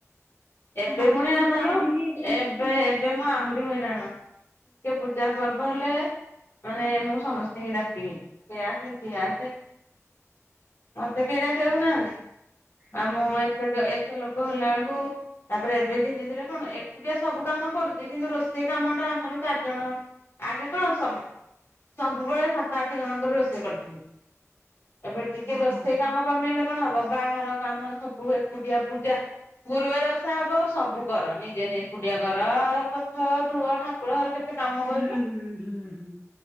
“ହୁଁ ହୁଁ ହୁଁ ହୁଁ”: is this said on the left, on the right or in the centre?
Right